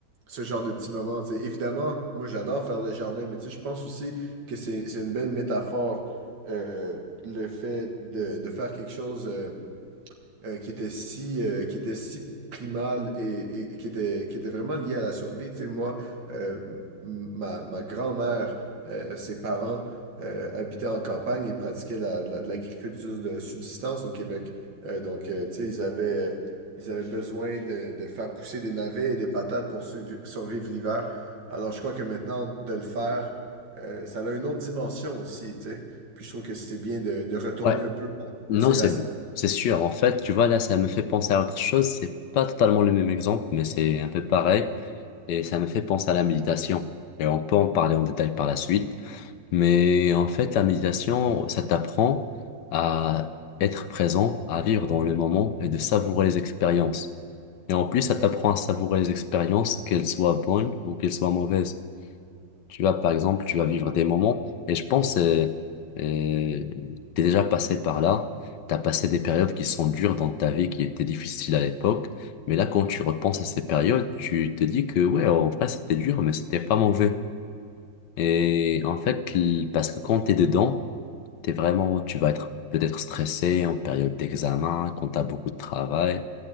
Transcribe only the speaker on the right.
ce genre de petits moments. tu sais. Évidemment, moi j'adore faire le jardin, mais tu sais, je pense aussi que c'est, c'est une belle métaphore euh, le fait de, de faire quelque chose. euh, euh, qui était si, euh, qui était si primale et, et- et qui était, qui était vraiment liée à la survie. Tu sais, moi, euh, m- ma, ma grand-mère, euh, ses parents euh, habitaient en campagne et pratiquaient la- de la- de l'agriculture de subsistance au Québec. Euh, donc, euh, tu sais, ils avaient, ils avaient besoin de, de faire pousser des navets et des patates pour survi- survivre l'hiver. Alors, je crois que maintenant, de le faire, euh, ça a une autre dimension aussi, tu sais. Puis je trouve que c'est bien de, de retourner
un peu à,
à ses
racines.